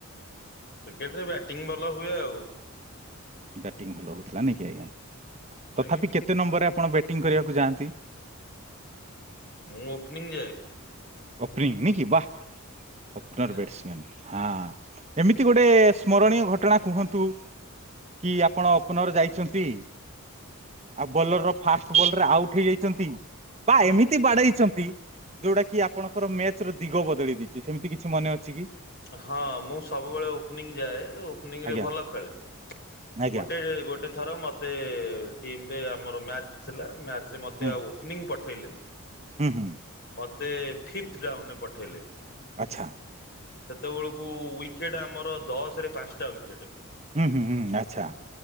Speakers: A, on the left; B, on the right.
A: କ୍ରିକେଟରେ ବ୍ୟାଟିଙ୍ଗ ଭଲ ହୁଏ ଆଉ।
B: ବ୍ୟାଟିଙ୍ଗ ଭଲ ହଉଥିଲା ନାଇକି ଆଜ୍ଞା। ତଥାପି
A: ଆଜ୍ଞା।
B: କେତେ ନମ୍ବରରେ ଆପଣ ବ୍ୟାଟି ଵ୍ୟାଟିଙ୍ଗ କରିବାକୁ ଯାଆନ୍ତି।
A: ମୁଁ ଓପନିଙ୍ଗ ଯାଏ।
B: ଓପନିଙ୍ଗ ନାଇକିି ୱା। ଓପନର
A: ଆଜ୍ଞା।
B: ଵ୍ୟାଟ୍ସମ୍ୟାନ୍। ହଁ ଏମିତି ଗୋଟେ-ଟେ-ଟେ ସ୍ମରଣୀୟ ଘଟଣା କୁହନ୍ତୁ କି ଆପଣ ଓପନର ଯାଇଛନ୍ତି। ଆଉ ବୋଲର ର ଫାର୍ଷ୍ଟ ବଲ ରେ ଆଉଟ। ଉଟ ଯାଇଛନ୍ତି ବା ଏମିତି ବାଡେଇଛନ୍ତି ଯୋଉଟା କି ଆ ଆପଣଙ୍କର ମ୍ୟାଚ ର ଦିଗ ବଦଳି ଦେଇଛି ସେମିତି କିଛି ମନେ ଅଛି କି।
A: ହଁ-ଅ-ଅ ମୁଁ ସବୁବେଳେ ଓପନିଙ୍ଗ ଯାଏ ଓପନିଙ୍ଗ
B: ଆଜ୍ଞା
A: ରେ ଭଲ ଖେଳେ
B: ଆଜ୍ଞା
A: ଗୋଟେ ଗୋଟେ। ଏଥର ମୋତେ-ତେ-ତେ ଟିମ ରେ ଆମର ମ୍ୟାଚ୍ ଥିଲା ମ୍ୟାଚ୍ ମତେ
B: ହୁଁ
A: ଆଉ ଓପନିଙ୍ଗ ପଠ ଠେଲେନି।
B: ହୁଁ ହୁଁ
A: ମତେ-ତେ-ତେ ଫିର ଡାଉନରେ ପଠେଇଲେ।
B: ଆଚ୍ଛା।
A: ସେତେବେଳକୁ-କୁ-କୁ ୱିକେଟ ଆମର ଦଶ ରେ ପାଞ୍ଚଟା ୱିକେଟେ।
B: ହୁଁ ହୁଁ ହୁଁ ଆଚ୍ଛା।